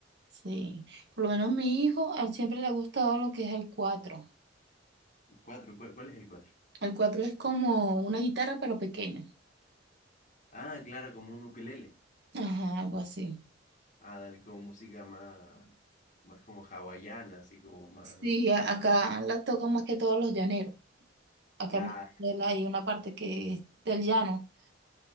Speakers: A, on the right; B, on the left.
A: sí. Por lo menos mi hijo, a él siempre le ha gustado lo que es el cuatro.
B: Cuatro, ¿cuál, cuál es el cuatro?
A: El cuatro es como una guitarra, pero pequeña.
B: Ah, claro, como un ukelele.
A: Ajá, algo así.
B: Ah, dale, como música más, más como hawaiana, así como más...
A: Sí, a- acá la tocan más que todos los llaneros. Acá
B: Claro,
A: en Venezuela hay una parte que es del llano.